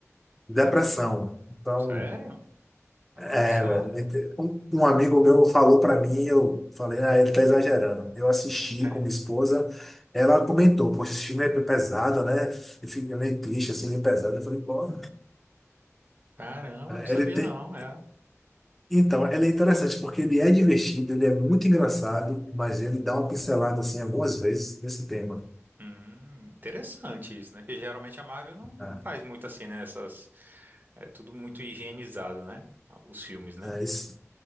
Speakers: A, in the centre; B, on the right.
A: depressão. Então,
B: Sério?
A: era.
B: Olha só.
A: Um, um amigo meu falou para mim, eu falei, ah, ele tá exagerando. Eu assisti
B: É.
A: com minha esposa, ela comentou, poxa, esse filme é pesado, né? E fica meio triste, assim, meio pesado. Eu falei, pô,
B: Caramba,
A: é,
B: não sabia
A: ele tem.
B: não, é.
A: Então, ela é interessante porque ele é divertido, ele é muito engraçado, mas ele dá uma pincelada assim algumas vezes nesse tema.
B: Hum, interessante isso, né? Porque geralmente a Marvel não não
A: Ah,
B: faz muito assim, né? Essas, é tudo muito higienizado, né? Os filmes, né?
A: é, esse,